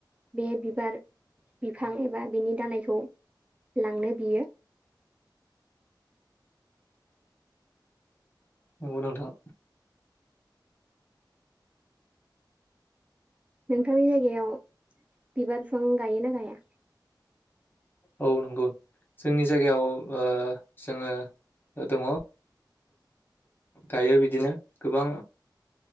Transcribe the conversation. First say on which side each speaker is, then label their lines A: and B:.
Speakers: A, on the right; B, on the left.
A: बे बिबार बिफां एबा बिनि दालायखौ लांनो बियो।
B: नंगौ नोंथां।
A: नोंथांनि जायगायाव बिबार बिफां गायो ना गाया?
B: औ नंगौ जोंनि जायगायाव ओ जोङो दङ गायो बिदिनो गोबां